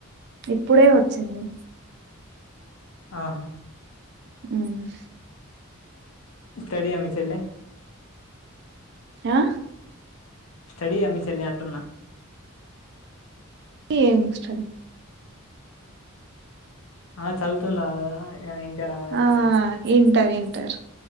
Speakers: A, on the right (about 50°); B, on the left (about 75°).
A: ఇప్పుడే వచ్చింది
B: ఆహా
A: ఉమ్
B: స్టడి ఆ మీ చెల్లె
A: ఆహ్
B: స్టడీ ఆ మీ చెల్లె అంటున్న
A: ఏం స్టడి
B: ఆ చదువుతుందా అ ఇంటరా ఎట్లా
A: ఆ
B: అని
A: ఇంటర్ ఇంటర్